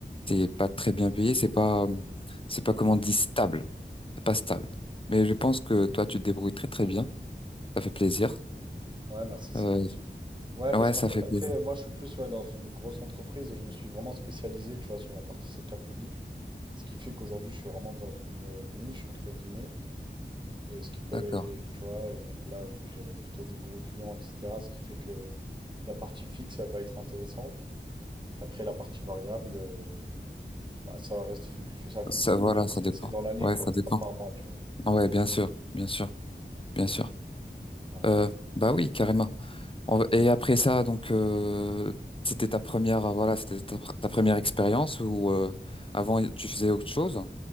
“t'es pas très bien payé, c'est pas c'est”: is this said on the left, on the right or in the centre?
Left